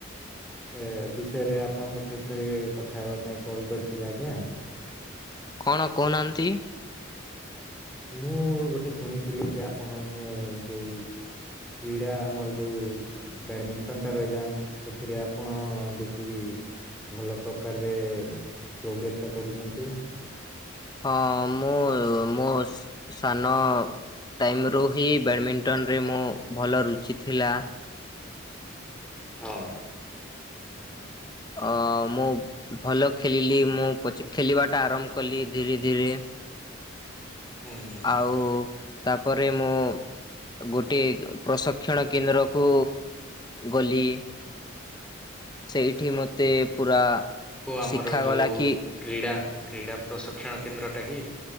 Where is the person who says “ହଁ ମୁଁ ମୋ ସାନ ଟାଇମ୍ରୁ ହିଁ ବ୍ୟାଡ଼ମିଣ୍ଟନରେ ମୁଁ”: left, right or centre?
Left